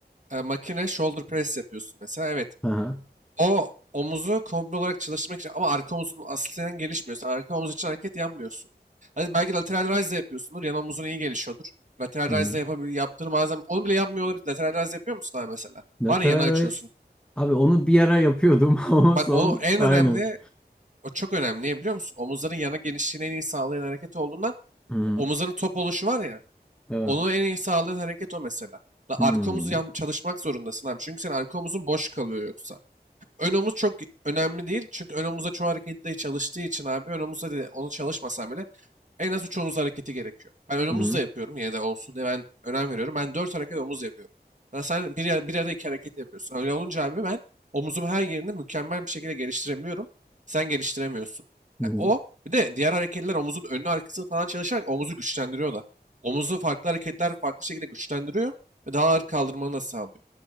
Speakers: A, on the right (about 45°); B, in the centre.
A: e, makine shoulder press yapıyorsun mesela. Evet.
B: Aha.
A: O omuzu komple olarak çalıştırmak için ama arka omuzun aslen gelişmiyor. Sen arka omuz için hareket yapmıyorsun. Hadi belki lateral raise de yapıyorsundur. Yan omuzun iyi gelişiyordur. Lateral
B: Hı.
A: raise de yapabil yaptığını bazen onu bile yapmıyor olabilir. Lateral raise yapıyor musun abi mesela?
B: The
A: Var
B: Terrorist.
A: ya yana açıyorsun.
B: Abi onu bir ara yapıyordum <laughs> ama
A: Bak
B: son
A: o en
B: aynen.
A: önemli o çok önemli. Niye biliyor musun? Omuzların yana genişliğini en iyi sağlayan hareket olduğundan
B: Hı.
A: omuzların top oluşu var ya.
B: Evet.
A: Onu en iyi sağlayan hareket o mesela. La
B: Hı.
A: arka omuz yan- çalışmak zorundasın abi. Çünkü senin arka omuzun boş kalıyor yoksa. Ön omuz çok önemli değil. Çünkü ön omuzda çoğu harekette çalıştığı için abi ön omuzda de onu çalışmasam bile en az 3 omuz hareketi gerekiyor. Ben ön omuz
B: Hı.
A: da yapıyorum yine de olsun diye ben önem veriyorum. Ben 4 hareket omuz yapıyorum. Ya sen bir, yer- bir arada 2 hareket yapıyorsun. Öyle olunca abi ben omuzumu her yerini mükemmel bir şekilde geliştirebiliyorum. Sen geliştiremiyorsun.
B: Hı.
A: Yani o bir de diğer hareketler omuzun önünü arkasını falan çalışarak omuzu güçlendiriyor da. Omuzu farklı hareketler farklı şekilde güçlendiriyor ve daha ağır kaldırmanı da sağlıyor.